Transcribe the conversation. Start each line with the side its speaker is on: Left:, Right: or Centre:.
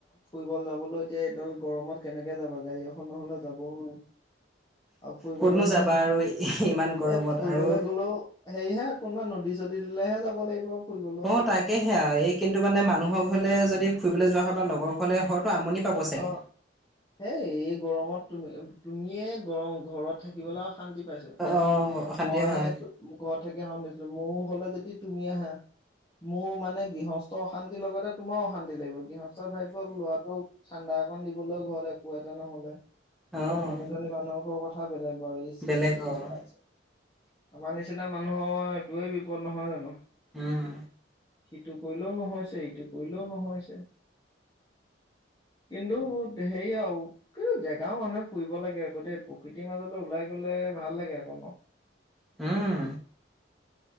Left: ফুৰিব যাবলৈ এতিয়া এইডাল গৰমত কেনেকে যাবা গায় নহ'লে যাবও নোৱাৰি। আৰু ফুৰিবলে
Centre: ক'তনো
Left: ন
Centre: যাবা আৰু ইমান গৰমত
Left: এ ফুৰিবলৈ
Centre: আৰু
Left: গ'লে ও। হেৰিহে কোনোবা নদী চদী দিলেহে যাব লাগিব। ফুৰিবলৈও
Centre: অ, তাকেহে আৰু এই কিন্তু মানে মানুহৰ ঘৰলে যদি ফুৰিবলৈ যোৱা হয় বা লগৰ ঘৰলে হয়তো আমনি। পাব চাগে
Left: অ, হেই এই গৰমত তুমি তুমিয়ে গৰম ঘৰত থাকিবলৈ। শান্তি পাইছো
Centre: অ', অশান্তি
Left: মই
Centre: হয়
Left: ঘৰত থাকি সধিছো মোৰ হ'লে যদি তুমি আহা। মোৰ মানে গৃহস্থ অশান্তিৰ লগতে তোমাৰ অশান্তি লাগিব গৃহস্থ। তাৰত ভাব্য লৰাটো ঠাণ্ডা অকণ দিবলৈও ঘৰত একো এটা নহ'লে। এতিয়া
Centre: অ',
Left: ধনী ধনী মানুহৰ কথা বেলেগ বাৰু এ চি
Centre: বেলেগ
Left: আছে কিবা
Centre: অ',
Left: আছে। আমাৰ নিচিনা মানুহৰ এইবৰেেই বিপদ নহয় জানো।
Centre: উম,
Left: সিটো কৰিলেও নহৈছে ইটো কৰিলেও নহৈছে। কিন্তু হেৰি আও কিন্তু জেগাও মানুহে ফুৰিব লাগে আকৌ দেই প্ৰকৃতিৰ মাজলৈ ওলাই গ'লে ভাল লাগে আকৌ ন
Centre: উম।